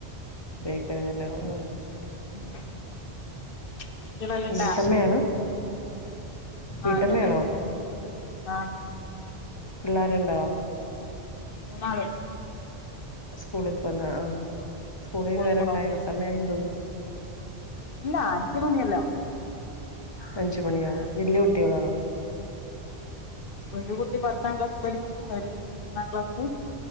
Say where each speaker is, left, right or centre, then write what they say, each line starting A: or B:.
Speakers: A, on the left; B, on the left.
A: ബേക്കറിത്തന്നെ ആ
B: ഉം കുട്ടികളെല്ലാം ഇണ്ടാ
A: വീട്ടമ്മയാണ് വീട്ടമ്മയാണോ
B: ആഹ് തന്നെ ആഹ്
A: പിള്ളേരുണ്ടോ
B: മൂന്നാള് ണ്ട്
A: സ്കൂളിപ്പന്ന ആ സ്കൂളീന്ന്
B: സ്കൂളി
A: വരാൻ
B: പോണ
A: ടൈ
B: കുട്ടികൾ
A: സമയമായി തോന്ന്
B: ഇല്ല അഞ്ച മണിയല്ലാവും
A: അഞ്ചു മണി ആകും വല്യാ കുട്ടികലാണ്
B: ഒരു കുട്ടി പത്താം ക്ലാസ് പഠികിന്ന് ഒരു കുട്ടി മൂന്നാം ക്ലാസ്സും